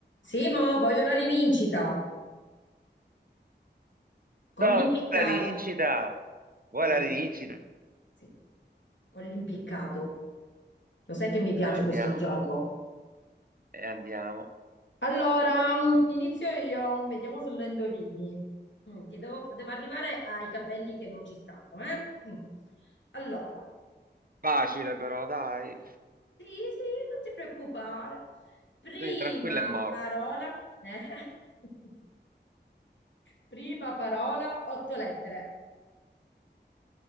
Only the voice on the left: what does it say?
Simo, voglio la rivincita con
l'impiccato.
Sì,
sì, con l'impiccato. Lo sai che mi piace
questo gioco.
Allora, mm, inizio io, vediamo se lo indovini. Mm, ti devo, devo arrivare ai capelli che non ci stanno, eh? Mm. Allora,
sì, sì, non ti preoccupare. Prima
parola, eh? <laughs> Prima parola, otto lettere.